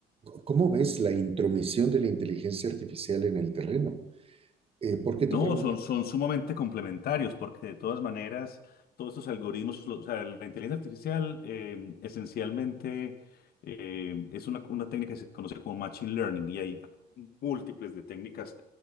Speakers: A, on the right; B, on the left.
A: cómo ves la intromisión de la inteligencia artificial en el terreno? Eh, ¿por qué te
B: No,
A: pregunto?
B: son, son sumamente complementarios porque de todas maneras todos estos algoritmos, lo- o sea, la inteligencia artificial eh, esencialmente eh, es una, una técnica que se conoce como machine learning y hay múltiples de técnicas